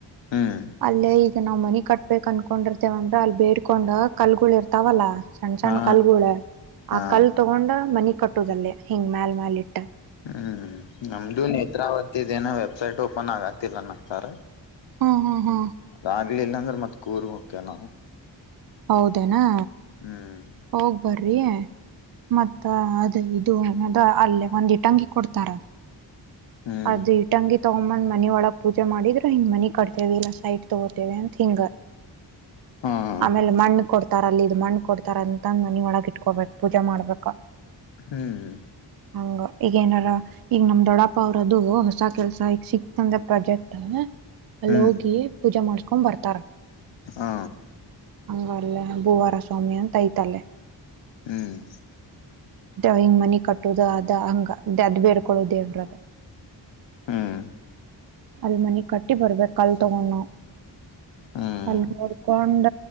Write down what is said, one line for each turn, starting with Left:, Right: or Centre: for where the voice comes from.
Left: ಹ್ಮ್
Right: ಅಲ್ಲೇ ನಾವ್ ಮನಿ ಕಟ್ಬೇಕ ಅನ್ಕೊಂಡಿರ್ತೇವಂದ್ರೆ ಅಲ್ಲಿ ಬೇಡ್ಕೊಂಡ್ ಕಲ್ಗಳು ಇರ್ತಾವಲ್ಲಾ ಸಣ್ಣ ಸಣ್ಣ್
Left: ಹಾ
Right: ಕಲ್ಗಳು
Left: ಹಾ
Right: ಆ ಕಲ್ ತಗೊಂಡ ಮನಿ ಕಟ್ಟುದಲ್ಲೇ ಹಿಂಗ್ ಮ್ಯಲ್ ಮ್ಯಾಲ ಇಟ್ಟು
Left: ಹ್ಮ್ ನಮ್ದು ನೇತ್ರಾವತಿ ಇದೇನ ವೆಬ್ಸೈಟ್ ಓಪನ್ ಆಗತಿಲ್ಲ ನ ಸರ್
Right: ಹ್ಮ ಹ್ಮ್ ಹ್ಮ್
Left: ಅದಗ್ಲಿಲ್ಲಾ ಅಂದ್ರೆ ಮತ್ ಕೂರ್ ಹೋಗಕೇ ನಾವು
Right: ಹೌದೇನಾ
Left: ಹ್ಮ್
Right: ಹೋಗ್ ಬರ್ರಿ ಮತ್ತ ಅದ ಇದುದ ಅಲ್ಲೇ ಒಂದ ಇಟ್ಟಂಗಿ ಕೊಡ್ತಾರ
Left: ಹ್ಮ್
Right: ಅದ ತಂಗಿ ತಗೊಂದ್ ಮನಿ ಒಳಗ್ ಪೂಜೆ ಮಾಡಿದ್ರ ಹಿಂಗ್ ಮನಿ ಕಟ್ತೇವಿ ಇಲ್ಲಾ ಸೈಟ್ ತಗೋತೇವಿ ಅಂತ ಹಿಂಗ
Left: ಹಾ
Right: ಆಮೇಲೆ ಮಣ್ಣು ಕೊಡ್ತ ಇತಾರ ಅಲ್ಲಿ ಇ್ ಮಣ್ಕ ಕೊಡ್ತಾರ ಅಂತಂದ ಮನಿ ಒಳಗ ಇಟ್ಕೋಬೇಕಕ್ ಪೂಜಾ ಮಾಡ್ಬೇಕಾ
Left: ಹ್ಮ್
Right: ಹಂಗ ಈಗ ಏನಾರ ಈಗ ನಮ ದೊಡ ಪಪ್ಪ ಅವ್ರದು ಹೊಸ ಕೆಲ್ಸ ಈಕ್ ಸಿಕ್ತಂದ ಪ್ರಾಜೆಕ್ಟ್ ಅಲ್ಲಿ
Left: ಹ್ಮ್
Right: ಹೋಗಿ ಪೂಜೆ ಮಾಡ್ಸ್ಕೊಂಡ್ ಬರ್ತಾರ
Left: ಹಾ
Right: ಹಂಗ ಭೂವಾರ ಸ್ವಾಮಿ ಅಂತ ಐತಲ್ಲೆ
Left: ಹ್ಮ್
Right: ಹಿಂಗ್ ಮನಿ ಕಟ್ಟುದು ಅದ ಹಂಗ ಅದ್ ಬೇಡ್ಕೊಳ್ಳೋ ದೇವ್ರದ
Left: ಹ್ಮ್
Right: ಅಲ್ ಮನಿ ಕಟ್ಟಿ ಬರ್ಬೇಕಕ್ ಅಲ್ ತಗೊಂಡ ನ
Left: ಹ್ಮ್
Right: ಅಲ್ ನೋಡ್ಕೊಂಡ